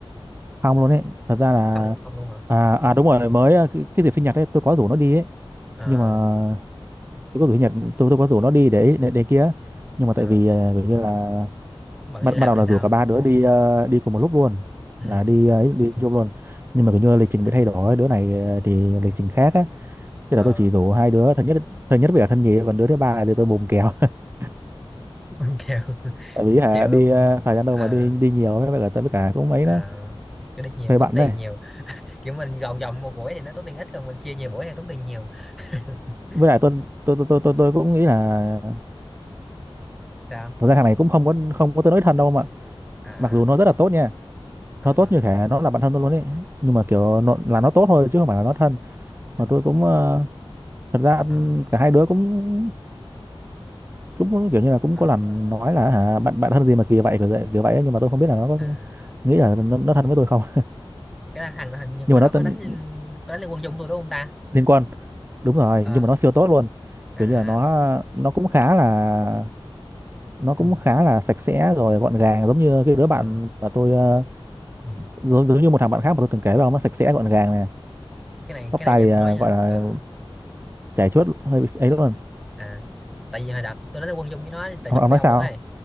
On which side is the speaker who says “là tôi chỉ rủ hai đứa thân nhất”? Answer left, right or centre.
Right